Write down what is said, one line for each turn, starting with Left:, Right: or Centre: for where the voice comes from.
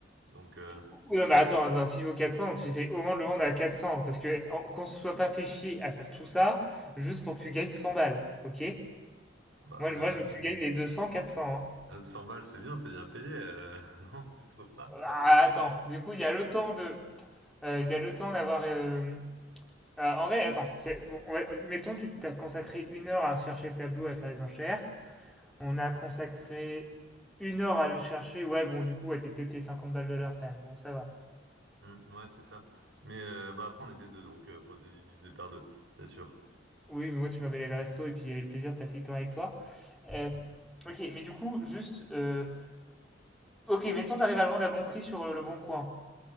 Right: Donc, euh,
Centre: Ou non, mais attends, attends, s'il vaut 400, tu essaies au moins de le vendre à 400, parce que en- qu'on se soit pas fait chier à faire tout ça, juste pour que tu gagnes 100 balles, ok?
Right: bah,
Centre: Moi,
Right: euh,
Centre: je- moi, je
Right: c-
Centre: veux que tu gagnes les 200, 400. hein.
Right: euh, 100 balles, c'est bien, c'est bien payé. euh, <laughs> non, tu trouves pas?
Centre: Ah, attends, du coup, il y a le temps de... euh, il y a le temps d'avoir... euh, euh, en vrai, attends, c'est- bon, on va- mettons, tu t'as consacré une heure à chercher le tableau, à faire les enchères. On a consacré une heure à aller le chercher. Ouais, bon, du coup, ouais, t'es peut-être payé 50 balles de l'heure quand même. Bon, ça va.
Right: Hmm, ouais, c'est ça. Mais euh, bah, après, on était deux, donc euh, faut diviser par deux, c'est sûr.
Centre: Oui, mais moi, tu m'avais allé le resto et puis il y avait le plaisir de passer du temps avec toi. Euh, ok, mais du coup, juste. euh, ok, mettons, t'arrives à le vendre à bon prix sur euh, le bon coin.